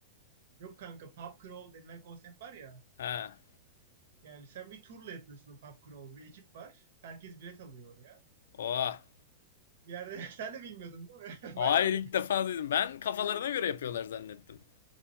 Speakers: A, on the right; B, on the left.
A: Yok kanka pub crawl denilen konsept var ya.
B: Ha.
A: Yani sen bir turla yapıyorsun o pub crawl. Bir ekip var. Herkes bilet alıyor oraya.
B: Oha.
A: Bir yerde <laughs> sen de bilmiyordun değil mi?
B: Hayır
A: <laughs> Ben de bilmiyordum.
B: ilk defa duydum. Ben kafalarına göre yapıyorlar zannettim.